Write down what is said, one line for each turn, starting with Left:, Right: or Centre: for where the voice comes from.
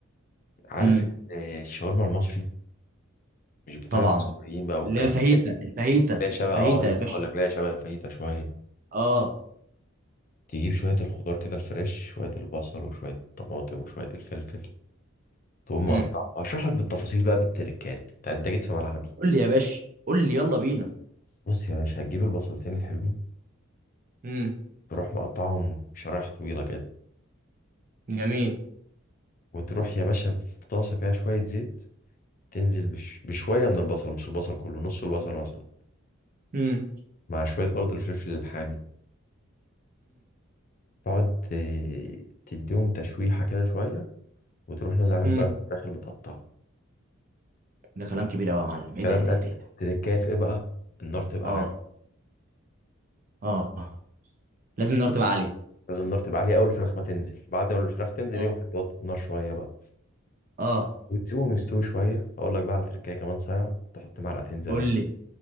Left: عارف
Right: امم
Left: إن الشاورما المصري مش بتاعه
Right: طبعا
Left: السوريين بقى والكلام
Right: اللي هي الفاهيتا
Left: ده
Right: الفاهيتا
Left: ليها شبه
Right: الفاهيتا
Left: اه لسه
Right: يا باشا
Left: هقول لك ليها شبه الفايته شويه
Right: اه
Left: تجيب شويه الخضار كده الفريش شويه البصل وشويه الطماطم وشويه الفلفل تقوم مقطع
Right: امم
Left: اشرح لك بالتفاصيل بقى بالتركات انت أنت جيت في ملعبي
Right: قول لي يا باشا قول لي يلا بينا
Left: بص يا باشا هتجيب البصلتين الحلوين
Right: امم
Left: تروح مقطعهم شرايح طويله كده
Right: جميل
Left: وتروح يا باشا في طاسه فيها شويه زيت تنزل بش... بشويه من البصل مش البصل كله نص البصل مثلا
Right: امم
Left: مع شويه برضو الفلفل الحامي تقعد ت- تديهم تشويحه كده شويه وتروح نازل عليهم
Right: امم
Left: بقى الفراخ اللي متقطعه
Right: ده كلام كبير قوي يا معلم
Left: الكلام
Right: ايه ده ايه ده
Left: ده التركايه
Right: ايه ده إيه ده؟
Left: في ايه بقى النار تبقى
Right: اه
Left: عاليه
Right: اه آه. لازم النار تبقى عاليه
Left: لازم النار تبقى عاليه اول الفراخ ما تنزل بعد ما الفراخ تنزل
Right: اه
Left: يمكن توطي النار شويه بقى
Right: اه
Left: وتسيبهم يستوي شوية أقول لك بقى على تركاية كمان صايعة تحط معلقتين زبادي
Right: قول لي